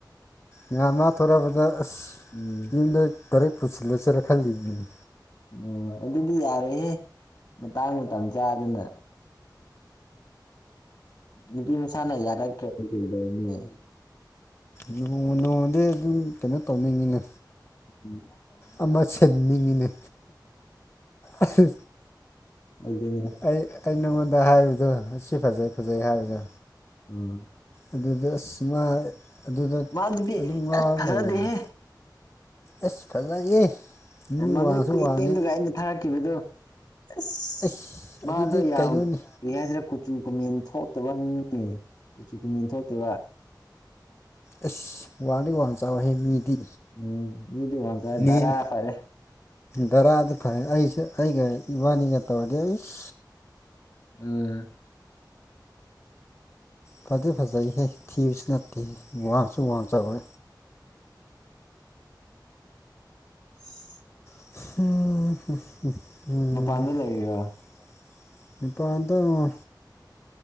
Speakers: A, on the left; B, on the left.
A: ꯉꯍꯥꯟ ꯃꯥ ꯊꯣꯔꯛꯕꯗ ꯑꯁ
B: ꯎꯝ
A: ꯌꯨꯝꯗ ꯒꯔꯤ ꯄꯨꯁꯤꯂ ꯆꯔ ꯈꯟꯂꯤꯃꯤ
B: ꯎꯝ ꯑꯗꯨꯗꯤ ꯌꯥꯔꯦꯍꯦ ꯃꯇꯥꯡ ꯃꯇꯝ ꯆꯥꯗꯅ ꯅꯨꯄꯤ ꯃꯁꯥꯅ ꯌꯥꯔꯛꯇ꯭ꯔꯗꯤ ꯀꯩꯗꯧꯔꯨꯅꯤ
A: ꯅꯣꯡꯃ ꯅꯣꯡꯃꯗꯤ ꯑꯗꯨꯝ ꯀꯩꯅꯣ ꯇꯧꯅꯤꯡꯉꯤꯅ
B: <inaudible>
A: ꯑꯃ ꯁꯤꯟꯅꯤꯡꯉꯤꯅꯦ ꯑꯁ
B: ꯑꯗꯨꯅꯤ
A: ꯑꯩ ꯑꯩ ꯅꯉꯣꯟꯗ ꯍꯥꯏꯕꯗꯣ ꯑꯁꯤ ꯐꯖꯩ ꯐꯖꯩ ꯍꯥꯏꯕꯗꯣ
B: ꯑ
A: ꯑꯗꯨꯗ ꯑꯁ ꯃꯥ ꯑꯗꯨꯗ
B: ꯃꯥꯗꯨꯗꯤ
A: ꯑꯗꯨꯝ ꯉꯥꯎꯔ
B: ꯐꯖꯗꯦꯍꯦ
A: ꯂꯩꯔꯦꯅꯦ ꯑꯁ ꯐꯖꯩꯌꯦ ꯃꯤ
B: ꯃꯃꯤꯠ
A: ꯋꯥꯡꯁꯨ
B: ꯀꯨꯏꯌꯦꯡꯗꯨꯒ
A: ꯋꯥꯡꯉꯦ
B: ꯑꯩꯅ ꯊꯥꯔꯛꯈꯤꯕꯗꯣ ꯑꯁ
A: ꯑꯁ
B: ꯃꯥꯗꯣ
A: ꯑꯗꯨꯗꯤ
B: ꯌꯥꯝ
A: ꯀꯩꯅꯣꯅꯤ
B: ꯀ꯭ꯔꯤ ꯍꯥꯏꯁꯤꯔꯥ ꯀꯨꯆꯨ ꯀꯨꯃꯦꯟ ꯊꯣꯛꯇꯕ ꯃꯤꯅꯦ ꯀꯨꯆꯨ ꯀꯨꯃꯦꯟ ꯊꯣꯛꯇꯦꯕ
A: ꯑꯁ ꯋꯥꯡꯗꯤ ꯋꯥꯡ ꯆꯥꯎꯋꯦꯍꯦ ꯃꯤꯗꯤ
B: ꯎꯝ ꯃꯤꯗꯤ ꯋꯥꯡ ꯆꯥꯎꯔꯦ
A: ꯅꯦꯝ
B: ꯙꯔꯥ ꯐꯔꯦ
A: ꯙꯔꯥꯗ ꯐꯩ ꯑꯩꯁꯨ ꯑꯩꯒ ꯏꯕꯥꯅꯤꯒ ꯇꯧꯔꯗꯤ ꯑꯩꯁ
B: ꯑ
A: ꯐꯗꯤ ꯐꯖꯩꯍꯦ ꯊꯤꯕꯁꯨ ꯅꯠꯇꯦꯍꯦ ꯋꯥꯡꯁꯨ ꯋꯥꯡ ꯆꯥꯎꯋꯦ
B: <inaudible>
A: <inaudible>
B: ꯃꯄꯥꯟꯗ ꯂꯩꯔꯤꯔꯣ
A: ꯏꯄꯥꯟꯗꯉꯣ